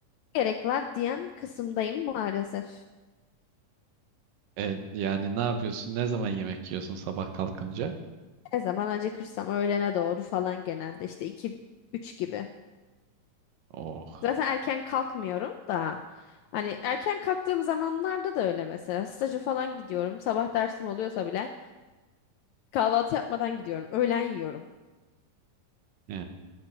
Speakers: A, on the left (about 80°); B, on the right (about 80°).
A: Gerek var diyen kısımdayım maalesef.
B: E, yani ne yapıyorsun? Ne zaman yemek yiyorsun sabah kalkınca?
A: Ne zaman acıkırsam öğlene doğru falan genelde işte iki üç gibi.
B: Oh.
A: Zaten erken kalkmıyorum da. Hani erken kalktığım zamanlarda da öyle mesela. Staja falan gidiyorum. Sabah dersim oluyorsa bile kahvaltı yapmadan gidiyorum. Öğlen yiyorum.
B: He.